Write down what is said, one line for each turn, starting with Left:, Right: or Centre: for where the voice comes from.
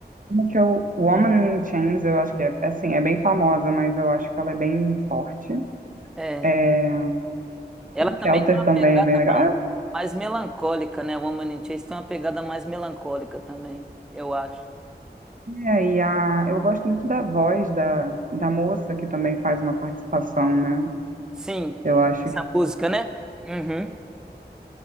Right: uma que eu. Woman in Chains, eu acho que é assim, é bem famosa, mas eu acho que ela é bem forte.
Centre: é.
Right: É...
Centre: Ela também
Right: Shelter
Centre: tem uma
Right: também
Centre: pegada
Right: é bem legal. Ah,
Centre: mais melancólica, né? Woman in Chains tem uma pegada mais melancólica também, eu acho.
Right: É, e a, eu gosto muito da voz da, da moça, que também faz uma participação, né?
Centre: Sim,
Right: Eu acho
Centre: essa
Right: que.
Centre: música, né? Uhum.